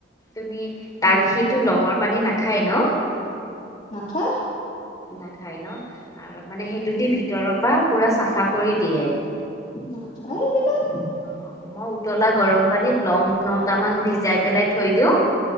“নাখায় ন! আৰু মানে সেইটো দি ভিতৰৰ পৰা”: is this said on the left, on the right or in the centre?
Left